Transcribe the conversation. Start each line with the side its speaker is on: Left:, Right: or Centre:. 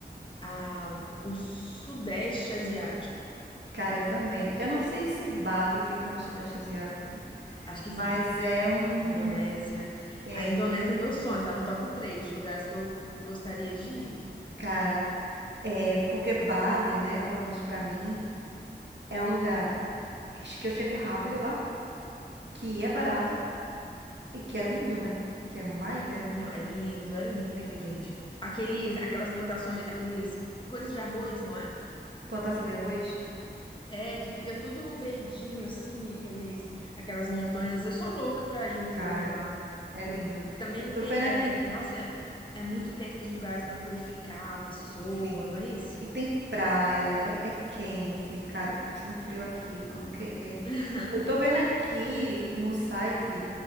Left: a, o Sudeste Asiático,
Right: Cara, eu também. Eu não sei se Bali fica no Sudeste Asiático,
Left: acho que
Right: mas
Left: fica.
Right: é um.
Left: Indonésia.
Right: É,
Left: A Indonésia é meu sonho, tá no top 3 de lugares que eu gostaria de ir.
Right: cara. É, porque Bali, né, pelo menos pra mim, é um lugar que, che- que eu chego rápido lá, que é barato e que é lindo, né? Que é uma ilha, né?
Left: Não, é lindo, é lindo,
Right: Lindo.
Left: gente. Aqueles, aquelas plantações, aqueles coisas de arroz, não é?
Right: Plantação de arroz?
Left: É, que fica tudo verdinho assim, aqueles, aquelas montanhas. Eu sou louca pra ir naquele
Right: Cara,
Left: lugar.
Right: é lindo.
Left: E também
Right: Eu tô
Left: tem,
Right: vendo
Left: é,
Right: aqui.
Left: nossa, é, é muito, tem aqueles lugares pra purificar a pessoa,
Right: Sim.
Left: não é isso?
Right: E tem praia, é, é quente. Cara, eu tô passando frio aqui, como eu queria ir.
Left: <laughs>
Right: Eu tô vendo aqui num site,